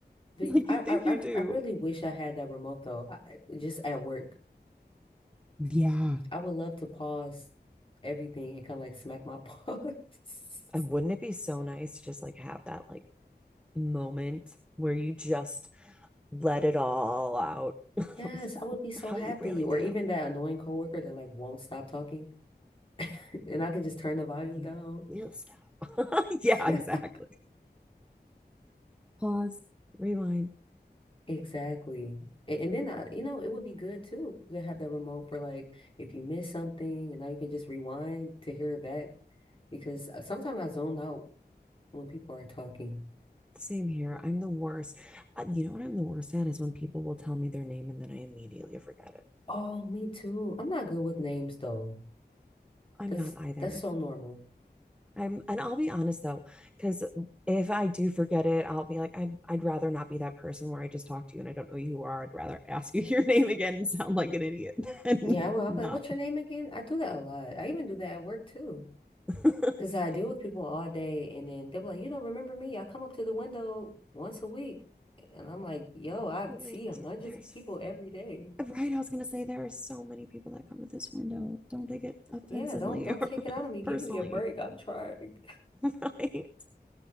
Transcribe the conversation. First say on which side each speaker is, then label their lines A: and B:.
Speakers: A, on the left (about 30°); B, in the centre.
A: But
B: Like
A: I
B: you think
A: I
B: you
A: I
B: do.
A: I really wish I had that remote though. I, just at work.
B: Yeah.
A: I would love to pause everything and kind of like smack my <laughs> paws.
B: And wouldn't it be so nice to just like have that like moment where you just let it all out? <laughs>
A: Yes, I would be so
B: How
A: happy.
B: you really
A: Or
B: feel.
A: even that annoying coworker that like won't stop talking <laughs> and I can just turn the volume
B: You
A: down.
B: will stop. <laughs> Yeah,
A: <laughs>
B: exactly. Pause, rewind.
A: Exactly. And, and then I, you know, it would be good too to have the remote for like if you miss something and now you can just rewind to hear it back because uh, sometimes I zone out when people are talking.
B: Same here. I'm the worst. Uh, you know what I'm the worst at is when people will tell me their name and then I immediately forget it.
A: Oh, me too. I'm not good with names though.
B: I'm
A: That's
B: not either.
A: that's so normal.
B: I'm, and I'll be honest though, because if I do forget it, I'll be like, I, I'd rather not be that person where I just talk to you and I don't know who you are. I'd rather ask you <laughs> your name again and sound like an idiot than
A: Yeah, well, I'll
B: not.
A: be like, what's your name again? I do that a lot. I even do that at work too.
B: <laughs>
A: Because I deal with people all day and then they'll be like, you don't remember me? I come up to the window once a week. And I'm like, yo, I
B: like,
A: see hundreds
B: there's
A: of people every day.
B: Right, I was gonna say there are so many people that come to this window. Don't take it offensively
A: Yeah, don't don't
B: or
A: take it out
B: <laughs>
A: of me. Give
B: personally.
A: me a break. I'm trying. <laughs>
B: <laughs> Right.